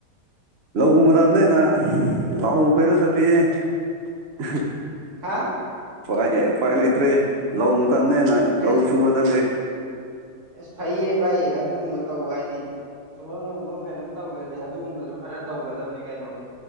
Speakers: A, on the right; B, on the right.
A: ꯂꯧꯎ ꯃꯇꯝꯅꯦꯅ ꯂ ꯀꯩꯕ ꯆꯠꯂꯤꯌꯦ <unintelligible>
B: ꯍꯥ <inaudible>
A: ꯎꯥꯏ ꯎꯄꯥꯏ ꯂꯩꯇ꯭ꯔꯦ ꯂꯧ ꯃꯇꯝꯅꯦꯦꯅ
B: ꯀꯩ
A: ꯂꯧ ꯁꯨꯕ ꯆꯠꯂ
B: ꯑꯁ ꯐꯩꯌꯦ ꯚꯥꯏꯌꯦ ꯑꯗꯨꯒꯨꯝꯕ ꯇꯧꯕ ꯍꯥꯏꯗꯤ ꯁꯨꯝꯕ ꯂꯣꯕꯝ ꯀꯩꯅꯣꯝ ꯇꯧꯗ꯭ꯔꯗꯤ ꯑꯗꯨꯒꯨꯝꯕꯁꯨ ꯈꯔ ꯇꯧꯒꯗꯕꯅꯤ ꯀꯩꯅꯣ